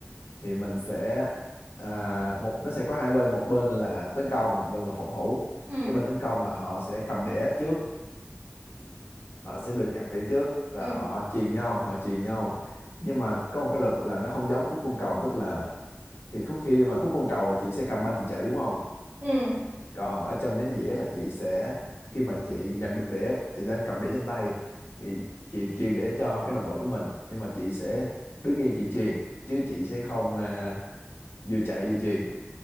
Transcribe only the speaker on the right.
Ừ.
Ừ.
Ừ.